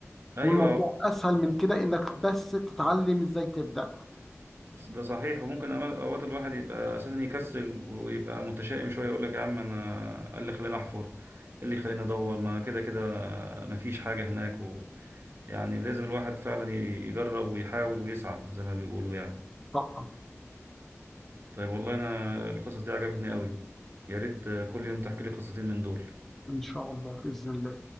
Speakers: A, on the right; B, in the centre.
A: ايوه
B: والموضوع اسهل من كده انك بس تتعلم ازاي تبدأ
A: ده صحيح وممكن أوقات أوقات الواحد يبقى أساسا يكسل ويبقى متشائم شوية يقول لك يا عم أنا إيه اللي خلاني أحفر إيه اللي خلاني أدور ما كده كده مفيش حاجة هناك و... يعني لازم الواحد فعلا ي- يجرب ويحاول ويسعى زي ما بيقولوا يعني
B: طبعا
A: طيب والله أنا القصص دي عجبتني قوي يا ريت كل يوم تحكي لي قصتين من دول
B: ان شاء الله باذن الله